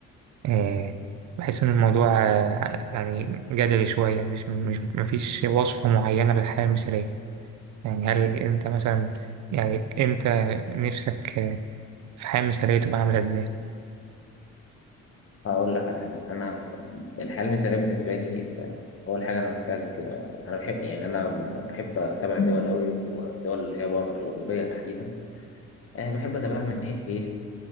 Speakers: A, on the right (about 70°); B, on the left (about 50°).
A: آه، بحس إن الموضوع آه، يعني جدلي شوية مش مش مفيش وصفة معينة للحياة المثالية يعني هل أنت مثلا يعني أنت نفسك آه، في حياة مثالية تبقى عاملة إزاي؟
B: هقول لك على حاجة أنا الحياة المثالية بالنسبة لي آه، أول حاجة أنا محتاج آه، أنا بحب يعني أنا بحب أتابع الدول أوي والدول اللي هي بره الأوروبية تحديدا أه بحب أتابعها من حيث إيه